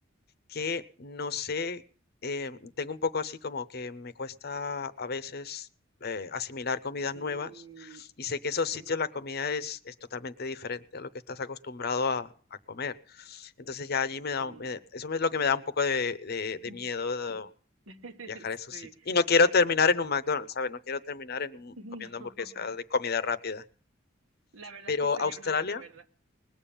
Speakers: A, on the left; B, on the right.
A: Que no sé, eh, tengo un poco así como que me cuesta a veces eh, asimilar comidas
B: Mm,
A: nuevas y sé que esos
B: sí,
A: sitios la comida es, es totalmente diferente a lo que estás acostumbrado a, a comer. Entonces ya allí me da,
B: sí.
A: un- me- eso es lo que me da un poco de, de- de
B: Mm,
A: miedo
B: mm.
A: de
B: <laughs>
A: viajar a esos
B: Sí.
A: sitios. Y no quiero terminar en un McDonald's, ¿sabes? No quiero terminar en un,
B: No.
A: comiendo hamburguesas de comida rápida.
B: La verdad
A: Pero
B: es que sería
A: Australia,
B: una pena, ¿verdad?